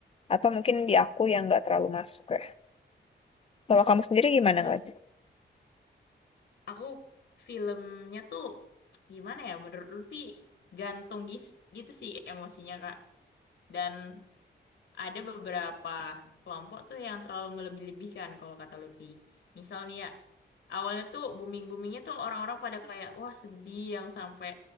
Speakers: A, on the left (about 30°); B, on the left (about 70°).
A: Atau mungkin di aku yang nggak terlalu masuk ya. Kalau kamu sendiri gimana
B: Iya,
A: nggak?
B: aku filmnya tuh gimana ya menurut Lutfi gantung gis- gitu sih emosinya Kak. Dan ada beberapa kelompok tuh yang terlalu melebih-lebihkan kalau kata Lutfi. Misal nih ya, awalnya tuh booming-boomingnya tuh orang-orang pada kayak, wah sedih yang sampai